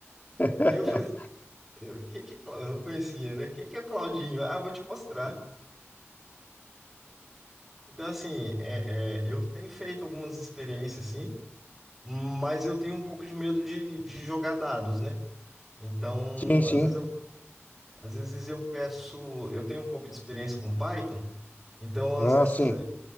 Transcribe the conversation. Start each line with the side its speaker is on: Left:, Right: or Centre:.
Left: <laughs>
Centre: Aí eu falei assim, quem que, eu não conhecia, né? Quem que é o Claudinho? Ah, vou te mostrar. Então, assim, é, é, eu tenho feito algumas experiências, assim, mas eu tenho um pouco de medo de, de jogar dados, né? Então,
Left: Sim, sim.
Centre: às vezes eu, às vezes eu peço, eu tenho um pouco de experiência com Python, então,
Left: Ah,
Centre: às vezes,
Left: sim.